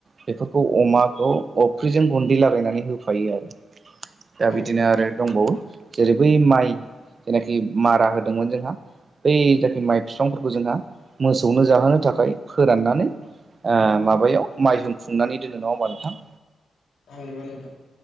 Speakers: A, on the right; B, on the left.
A: बेफोरखौ अमाखौ अफ्रिजों गुन्दै लागायनानै होफायो आरो। दा
B: औ
A: बिदिनो
B: नंगौ
A: आरो दंबावो जेरै बै माइ जेनाखि मारा होदोंमोन जोंहा बै जाखि माइ बिफांफोरखौ जोंहा मोसौनो जाहोनो थाखाय फोराननानै आ माबायाव माइहुं खुंनानै दोनो नङा होमबा नोंथां।
B: ओ नंगौ नोंथां